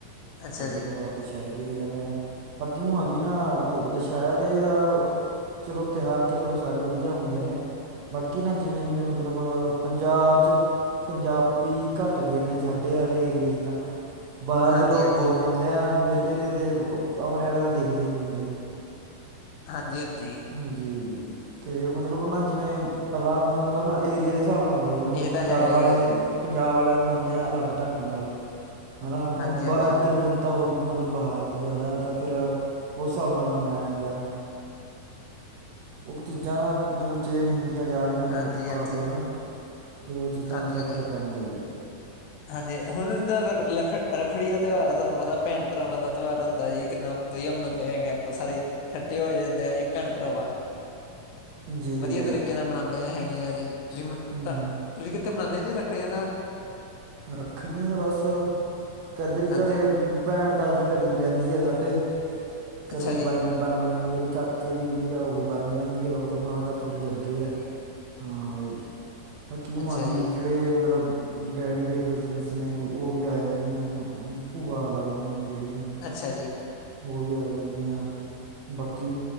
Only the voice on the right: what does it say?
ਤੇ
ਉਹਦੇ ਬਾਅਦ ਦੁਸਹਿਰੇ ਤੇ ਵੀ ਜਾਂਨੇ ਹਾਂ ਬਾਕੀ ਹੁ ਵੀ ਨਾ ਵ ਦੁਸਹਿਰੇ ਦਾ। ਚਲੋ ਤਿਉਹਾਰ ਤਾਂ ਚਲੋ ਸਾਰੇ ਵਧੀਆ ਹੁੰਦੇ ਨੇ। ਬਾਕੀ ਨਾ ਜਿਵੇਂ ਜਿਵੇਂ ਮਤਲਬ ਪੰਜਾਬ ਚ। ਪੰਜਾਬੀ ਘੱਟ ਗਏ ਨੇ ਸਾਡੇ ਵਾਲੇ ਏਰੀਏ ਚ ਤਾਂ ਬਾਹਰ
ਦੇ ਲੋਕ।
ਹੁੰਦਿਆਂ ਮੇਲੇ ਤੇ-ਤੇ ਆਪਣੇ ਵਾਲੇ ਤਾਂ ਦਿਖਦੇ ਨੀ ਹੁੰਦੇ।
ਜੀ ਜੀ ਤੇ ਮਤਲਬ ਨਾ ਜਿਵੇਂ ਪਹਿਲਾਂ ਮਤਲਬ ਨਾ ਏਰੀਏ ਦੇ ਹਿਸਾਬ ਨਾਲ ਹੁੰ ਜਿਵੇਂ ਹੁਣ
ਪੰਜਾਬ
ਵਾਲੇ
ਨੇ। ਪੰਜਾਬ ਵਾਲੇ ਮਨਾਂਦੇ ਆ ਅਲੱਗ ਢੰਗ ਨਾਲ ਹਨਾ ਹੁਣ
ਬ।
ਜਨਤਾ ਹੋ ਮਤਲਬ ਬਾਹਾਰ ਦੀ ਜ਼ਿਆਦਾ ਤਾਂ ਫਿਰ ਅ। ਉਸ ਹਿਸਾਬ ਨਾਲ ਮਨਾਇਆ ਜਾਂਦਾ ਹੈ ਉਹ ਚੀਜ਼ਾਂ ਨਾ ਮਤਲਬ ਚੇਂਜ ਹੁੰ। ਜਾ ਰਹੀਆਂ ਨੇ
ਕਾਫੀ
ਹਣਾ ਤੇ ਉਹ ਚੀਜ਼ਾਂ
ਦਾ ਫ਼ਰਕ ਤਾਂ ਪੈਂਦਾ ਹੀ ਹੈ।
ਜੀ
ਵੀਰੇ
ਹਮ
ਰੱਖੜੀਆਂ ਤਾਂ ਬਸ, ਕੈਦਰੀ
ਘਰੇ ਭੈਣ ਤਾਂ ਅਜੇ ਘਰੇ ਰਹਿੰਦੀ ਆ ਸਾਡੇ,
ਘਰੇ
ਬੰਨ ਬੰਨ ਹੋ ਜਾਂਦੀ ਹੈ। ਤੇ ਚਾਚੇ ਦੀ ਕੁੜੀ ਆ, ਉਹ ਵੀ ਬੰਨ ਜਾਂਦੀ ਆ। ਉਹ ਦੋਹਾਂ ਦਾ ਘਰ ਥੋੜ੍ਹੀ ਜੀ ਅੱਗੇ ਆ, ਆਹੀ, ਪਰ ਕਿਉਂ
ਆ ਵੀ,
ਜਿਹੜੇ ਮਤਲਬ ਡੈਡੀ ਦੇ ਕਜ਼ਨਸ ਨੇ ਉਹ ਵੀ ਆ ਜਾਂਦੀਆਂ, ਭੂਆ ਲੱਗਦੀਆਂ ਨੇ ਜਿਹੜੀਆਂ।
ਉਹ ਵੀ ਆ ਜਾਂਦੀਆਂ। ਬਾਕੀ